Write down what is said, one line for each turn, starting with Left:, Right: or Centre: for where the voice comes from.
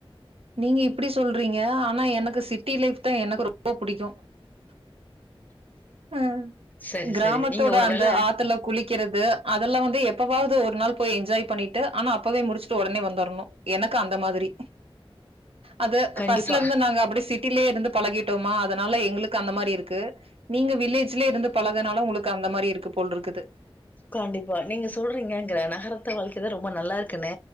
Right: நீங்க இப்டி சொல் றீங்க ஆனா எனக்கு சிட்டி லைஃப் தா எனக்கு ரொம்ப புடிக்கோ ஆ
Left: சரி
Right: கிராமத்தோட
Left: சரி நீங்க ஒரு
Right: அந்த
Left: வேள
Right: ஆத்துல குளிக்கிறது அதெல்லா வந்து எப்பவாவது ஒரு நாள் போய் என்ஜாய் பண்ணிட்டு ஆமா அப்பவே முடிச்சுட்டு ஒடனே வந்துர்ணு எனக்கு அந் த மாதிரி அது
Left: கண்டிப்பா
Right: ஃபர்ஸ்ட்ல இருந்து நாங்க அப்டே சிட்டிலே இருந்து பழகி டோமா அதனால எங்குளுக்கு அந்த மாரி இருக்கு நீங்க வில்லேஜ்ல இருந்து பழகனால உங்குளுக்கு அந்த மாரி இருக்கு போல் இருக்குது
Left: கண்டிப்பா நீங்க சொல்றீங்கங்கிற நகரத்த வாழ்கைதா ரொம்ப நல்லா இருக்குன்னு